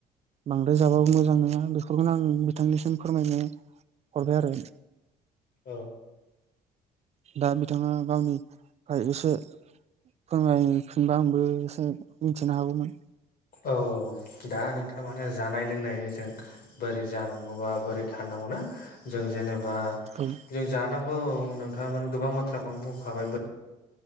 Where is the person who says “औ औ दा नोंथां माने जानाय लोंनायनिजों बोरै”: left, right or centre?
Left